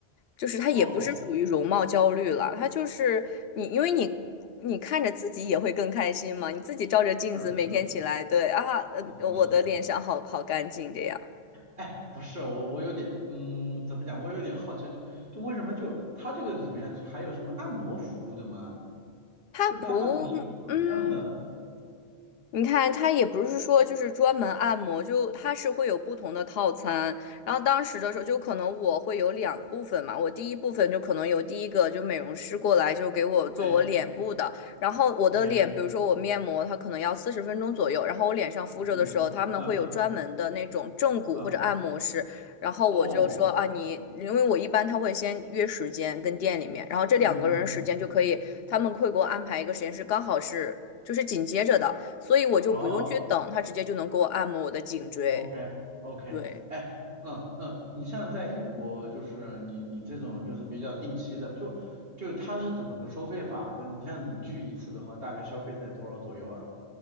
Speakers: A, on the left; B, on the right.
A: 就是他也不是属于容貌焦虑了，
B: 哦，
A: 他就是你，因为你你看着自己也会更开心嘛，你自己照着镜子每天起来，
B: 是是
A: 对啊，
B: 是的，
A: 呃，我的脸上好好干净这样，
B: 是的。哎，不是我，我有点，嗯，怎么讲？我有点好奇，就就为什么就它这个里面还有什么按摩服务的吗？
A: 他不，
B: 就它到底是一个怎么样的？
A: 嗯。你看，他也不是说就是专门按摩，就他是会有不同的套餐。然后当时的时候，就可能我会有两部分嘛，我第一部分就可能有第一个就美容师过来就给我做我脸部的，
B: 哎
A: 然后我的脸，
B: ，OK，
A: 比如说我面膜，它可能要四十分钟左右，然后我脸上敷着的时候，
B: 嗯嗯嗯嗯
A: 他们会有专门的那种正骨或者按摩师，
B: 嗯，
A: 然后我就说啊，
B: 哦，
A: 你因为我一般他会先约时间跟店里面，然后这两个人时间就可以，
B: 嗯嗯嗯，
A: 他们会给我安排一个时间是刚好是就是紧接着的。所以我就不用去等，
B: 哦
A: 他直接就能给我按摩我的颈椎。
B: ，OK OK，
A: 对，
B: 哎，嗯嗯，你像在英国，就是你你这种就是比较定期的，就就它是怎么个收费法？就你像你去一次的话，大概消费在多少左右啊？